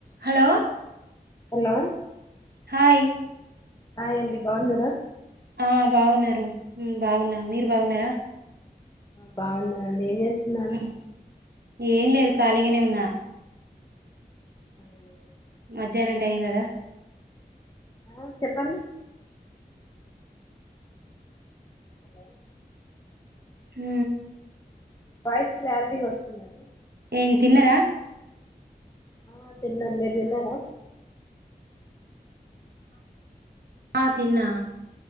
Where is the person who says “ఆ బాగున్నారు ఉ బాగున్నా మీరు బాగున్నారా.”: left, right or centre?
Right